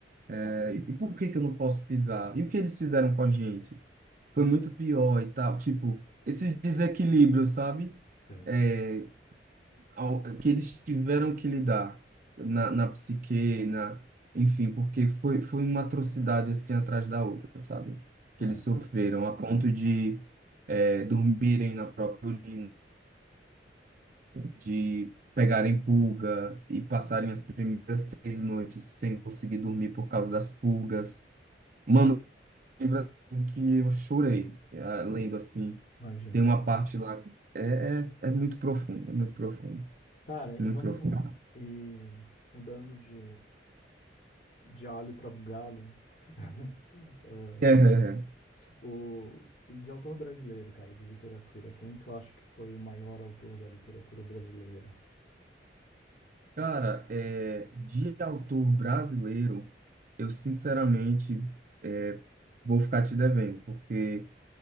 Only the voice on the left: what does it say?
sei.
Hum,
é,
imagino.
Cara, e
vamos
e mudando de de alho para bugalho. <laughs>
O, e de autor brasileiro, cara, de literatura. Quem tu acha que foi o maior autor da literatura brasileira?